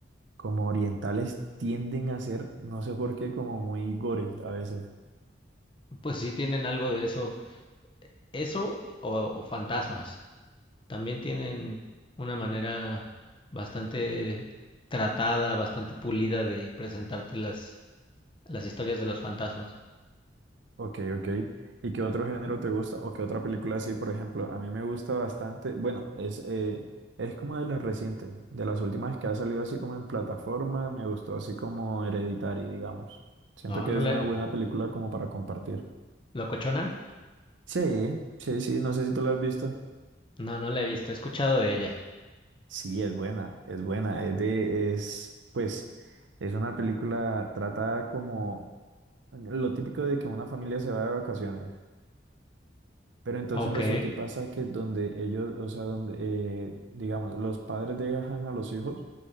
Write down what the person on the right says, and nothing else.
como orientales tienden a ser, no sé por qué, como muy gores a veces.
Ok, ok. ¿Y qué otro género te gusta? ¿O qué otra película así, por ejemplo? A mí me gusta bastante, bueno, es, eh, es como de las recientes, de las últimas que ha salido así como en plataforma, me gustó así como Hereditary, digamos. Siento
que
es
una buena película como para compartir.
Sí, sí, sí, no sé si tú la has visto.
Sí, es buena, es buena. Es de, es, pues, es una película tratada como lo típico de que una familia se va de vacaciones. Pero entonces
resulta y pasa que donde ellos, o sea, donde, eh, digamos, los padres dejan a los hijos